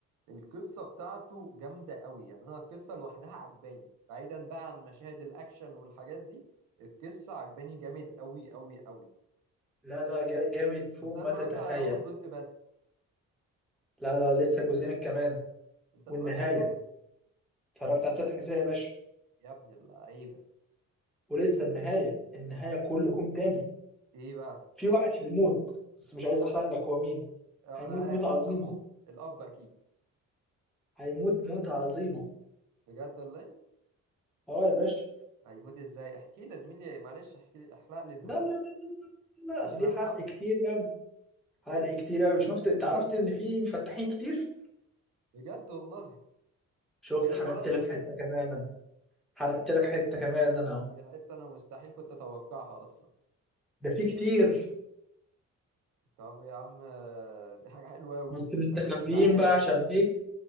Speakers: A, on the right (about 80°); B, in the centre.
A: القصة بتاعته جامدة قوي يعني أنا القصة لوحدها عجباني بعيدا بقى عن مشاهد الأكشن والحاجات دي القصة عجباني جامد قوي قوي قوي
B: لا لا جا- جامد فوق
A: بس أنا
B: ما
A: اتفرجت
B: تتخيل،
A: على أول جزء بس
B: لا لا لسه جوزينك كمان،
A: أنت
B: والنهاية،
A: اتفرجت عليه كله؟
B: اتفرجت على تلات اجزاء يا باشا،
A: يا ابن اللعيبة
B: ولسه النهاية، النهاية كله كوم تاني.
A: إيه بقى؟
B: في واحد هيموت بس مش عايز احرق لك هو مين
A: آه،
B: هيموت
A: أنا عارف
B: موتة عظيمة
A: أبوه الأب أكيد
B: هيموت موتة عظيمة
A: بجد والله
B: اه يا باشا
A: هيموت إزاي؟ احكي لي زميلي معلش احكي لي احرق لي المسلسل
B: لا لا لا
A: عشان
B: لا دي
A: أتحمس
B: حرق كتير قوي حرق
A: إيه؟
B: كتير قوي شفت انت عرفت ان في مفتحين كتير
A: بجد والله
B: شفت
A: غير
B: حرقت
A: الولد
B: لك
A: والبنت
B: حتة كمان أنا. حرقت لك حتة كمان انا
A: دي حتة أنا مستحيل كنت أتوقعها أصلا
B: ده في كتير
A: طب يا عم آه، دي حاجة حلوة أوي
B: بس مستخبيين
A: أنا كنت زعلان
B: بقى عشان ايه